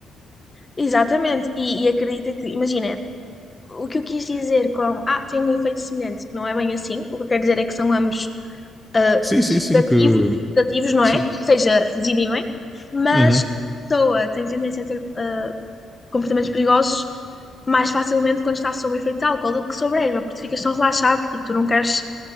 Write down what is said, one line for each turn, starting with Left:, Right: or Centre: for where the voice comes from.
Left: Exatamente. E, e acredita que, imagina, o que eu quis dizer com. Ah, tem um efeito semelhante. Não é bem assim. O que eu quero dizer é que são ambos ah,
Centre: Sim, sim,
Left: sedativos,
Centre: sim, que...
Left: sedativos, não
Centre: Sim.
Left: é? Ou seja, desinibem. Mas
Centre: Uhum.
Left: a pessoa tem tendência a ter ah, comportamentos perigosos mais facilmente quando está sob o efeito de álcool do que sobre a erva, porque ficas tão relaxado e tu não queres